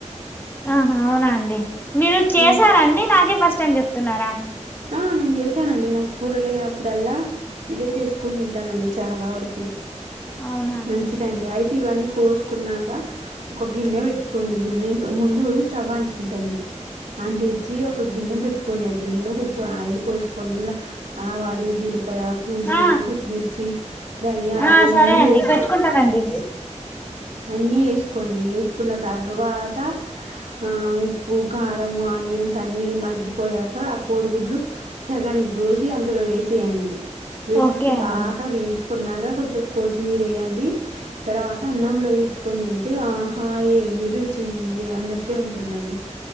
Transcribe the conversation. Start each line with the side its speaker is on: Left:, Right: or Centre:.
Left: ఆహా అవునా అండి మీరు చేశారండి
Right: ఆ,
Left: నాకే ఫస్ట్ ఫస్ట్ టైమ్ చెప్తున్నారా
Right: ఆ నేను చేసానండి నాకు కూర లేనప్పుడల్లా ఇదే చేసుకుొని తింటానండి చాలా వరకు
Left: అవునా అండి
Right: మంచిదండి అయితే ఇవన్నీ కోసుకున్నాక ఒక గిన్నె పెట్టుకోని గిన్నె ముందు స్టవ్ అంటించండి. అంటించి ఒక గిన్నె పెట్టుకోని ఆ గిన్నె ఆయిల్ పోసుకొన్ల ఆవాలు జీరకర్ర పుదీనా
Left: ఆ
Right: పచ్చిమిర్చి ధనియాలు
Left: ఆ
Right: అన్నీ
Left: సరే అండి
Right: వేసుకు
Left: పెట్టుకుంటానండి
Right: అన్నీ వేసుకోండి వేసుకున్న తర్వాత ఆ ఉప్పు కారం ఆనియన్స్ అన్ని మగ్గిపోయాక ఆ కోడిగుడ్లు సగానిక్ కోసి అందులో వేసేయండి వేసేసి
Left: ఓకే అండి
Right: బాగా వేంపుకున్నాక కొంచెం కొత్తిమీర వే్యండి తర్వాత అన్నంలో వేసుకొని తింటే ఆహా యేమి రుచి అన్నట్టే ఉంటుందండి